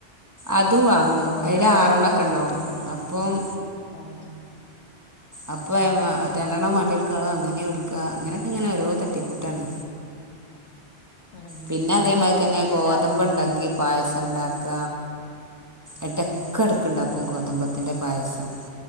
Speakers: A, on the right (about 15°); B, on the left (about 75°).
A: അത് വാങ്ങും
B: അതെ അതെ
A: അയില്
B: ഒരു അഞ്ചാറെണ്ണം
A: ആറെണ്ണം
B: ഉണ്ടാവും
A: ഒക്കെ ഇണ്ടാവും
B: ചെയ്യും
A: അപ്പം
B: ആഹ്
A: അപ്പൊ രണ്ടെണ്ണം വാണ്ടി ഒല്‍ക്ക് അങ്ങനെയടുക്ക അങ്ങനൊക്കെ ഇങ്ങനെ ഓരോ തട്ടിക്കൂട്ട ട്ടാണ്
B: ഉം ഉം
A: പിന്നെ അതേമാതിരി തന്നെ ഗോതമ്പ്
B: എല്ലാ സംഭവം
A: ഉണ്ടെങ്കി പായസം ഇണ്ടാക്ക എടയ്ക്കടക്കുണ്ടാക്കും
B: ഉം
A: ഗോതമ്പത്തിൻ്റെ പായസം